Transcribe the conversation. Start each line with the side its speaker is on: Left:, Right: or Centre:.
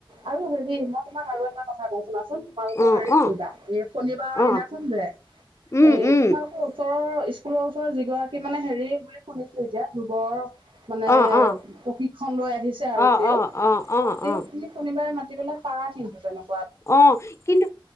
Right: আৰু হেৰি মই তোমাক আৰু এটা কথা কওঁ শুনাচোন। তোমালোকৰ
Left: অ
Right: হেৰি
Left: অ
Right: কৰিবা, এই শনিবাৰৰ
Left: অ
Right: দিনাখন যে,
Left: উম
Right: এই
Left: উম
Right: তোমালোকৰ ওচৰৰ ইচ স্কুলৰ ওচৰ যিগৰাকী মানে হেৰি বুলি শুনিছো, এতিয়া যোগৰ- মানে
Left: অ অ
Right: প্ৰশিক্ষণ লৈ আহিছে আৰু
Left: অ
Right: তেওঁ
Left: অ অ অ
Right: তেওঁ
Left: অ
Right: কি প্ৰাই মাতিবলে পাৰা কিন্তু তেনেক
Left: অ' কিন্তু